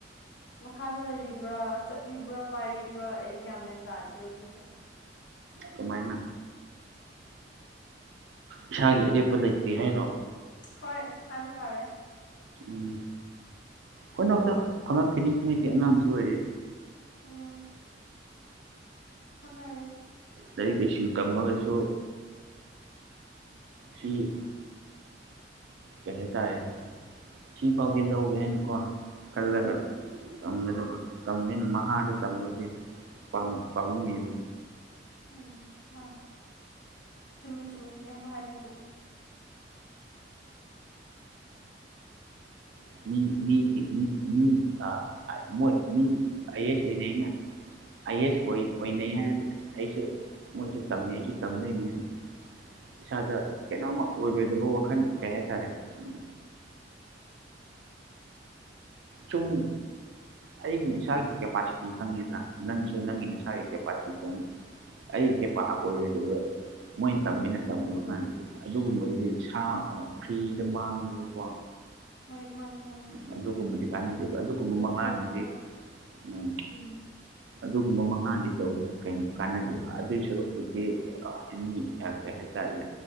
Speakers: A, on the left (about 80°); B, on the right (about 75°).
A: ꯃꯈꯥꯗ ꯂꯩꯔꯤꯕ꯭ꯔꯥ ꯆꯠꯂꯤꯕ꯭ꯔꯥ ꯄꯥꯏꯔꯤꯕ꯭ꯔꯥ ꯑꯩ ꯒ꯭ꯌꯥꯟ ꯃꯦꯟ ꯇꯥꯗꯦ ꯍꯧꯖꯤꯛꯁꯦ
B: ꯀꯃꯥꯏꯅ ꯏꯁꯥꯒꯤ ꯑꯔꯦꯞꯄ ꯂꯩꯇꯦ ꯍꯥꯏꯔꯣ
A: ꯍꯣꯏ ꯍꯥꯏꯕ ꯇꯥꯔꯦ
B: ꯎꯝ ꯍꯣꯠꯅꯧꯗ ꯐꯪꯉꯛꯈꯤꯅꯤ ꯅꯣꯏꯗꯤ ꯑꯉꯥꯡꯁꯨ ꯑꯣꯏꯔꯤ
A: ꯎꯝ <unintelligible>
B: ꯂꯔꯤꯛ ꯂꯥꯢꯁꯨ ꯇꯝꯃꯒꯁꯨ ꯁꯤ ꯀꯩ ꯍꯥꯏꯇꯥꯔꯦ ꯁꯤꯐꯥꯎꯗꯤ ꯂꯧꯒꯦ ꯍꯥꯏꯅꯀꯣ ꯈꯜꯂꯒ
A: ꯎꯝ
B: ꯇꯝꯒꯗꯕꯅꯦ ꯇꯃꯦꯅ ꯃꯍꯥꯗ ꯇꯝꯃꯗꯤ ꯄꯥꯝꯃꯨꯢꯕ
A: ꯎꯝ ꯃꯥꯅꯤ ꯆꯨꯝꯃꯦ ꯆꯨꯝꯃꯦ ꯢꯌꯥꯝꯕ ꯍꯥꯢꯗꯣ ꯆꯨꯝꯃꯦ
B: <unintelligible> ꯑꯥꯢ ꯑꯦꯁ ꯑꯣꯏꯅꯩꯅ ꯑꯥꯢ ꯑꯦꯁ ꯑꯣꯏꯅꯩ ꯍꯥꯏꯅꯒ ꯑꯩꯁꯨ ꯃꯣꯏꯁꯨ ꯇꯝꯅꯩ ꯑꯩꯁꯨ ꯇꯝꯗꯣꯏꯅꯤ ꯍꯥꯏꯅ ꯏꯁꯥꯗ ꯀꯩꯅꯣꯝꯃ ꯑꯣꯏꯔꯣꯏꯗꯕ ꯋꯥꯈꯜ ꯀꯩ ꯍꯥꯏꯇꯥꯔꯦ ꯎ ꯁꯨꯝ ꯑꯩꯒꯤ ꯏꯁꯥꯒꯤ ꯀꯦꯄꯥꯁꯤꯇꯤ ꯈꯪꯉꯤꯗ꯭ꯔꯥ ꯅꯪꯁꯨ
A: ꯎꯝ
B: ꯅꯪꯃꯤꯅꯁꯥ
A: ꯎꯝ
B: ꯀꯦ ꯄꯇꯦ ꯑꯩꯁꯦ ꯄꯥ ꯑꯣꯏꯔꯣꯏ ꯑꯗꯨꯒ ꯃꯣꯏꯅ ꯇꯝꯃꯤꯅ ꯇꯝꯃꯨꯔꯀꯥꯟꯗ ꯑꯗꯨꯒꯨꯝꯕꯗꯨꯗꯤ
A: ꯎꯝ
B: ꯁꯥ ꯐ꯭ꯔꯤꯗ ꯃꯥꯡꯉꯦꯀꯣ
A: ꯍꯣꯏ ꯃꯥꯅꯤ ꯃꯥ
B: ꯎꯝ ꯑꯗꯨꯒꯨꯝꯕꯗꯤ ꯀꯥꯟꯅꯗꯦꯕ ꯑꯗꯨꯒꯨꯝꯕ ꯃꯪꯂꯥꯟꯅꯗꯤ
A: ꯊꯕꯛꯇꯀꯣ
B: ꯎ
A: ꯎꯝ
B: ꯑꯗꯨꯒꯨꯝꯕ ꯃꯉꯥꯅꯤꯗꯣ ꯀ ꯀꯥꯟꯅꯗꯦꯕ ꯑꯗꯨꯏ ꯁꯔꯨꯛꯄꯨꯗꯤ ꯑꯃꯤ ꯀ ꯍꯦ ꯆꯔꯦ